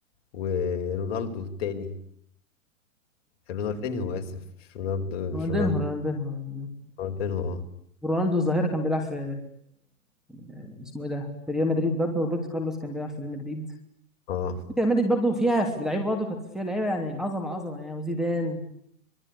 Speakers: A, on the left; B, in the centre.
A: ورونالدو التاني رونالدينيو آسف مش رونالدو
B: رونالدينهو
A: مش رونالدو
B: رونالدينهو رونالدينهو
A: رونالدينيو اه
B: رونالدو الظاهره كان بيلعب في آه، اسمه ايه ده في ريال مدريد برضه روبرتو كارلوس كان بيلعب في ريال مدريد
A: اه
B: فكرة ريال مدريد برضه فيها في لعيبه برضه كانت فيها لعيبه يعني عظمه عظمه يعني وزيدان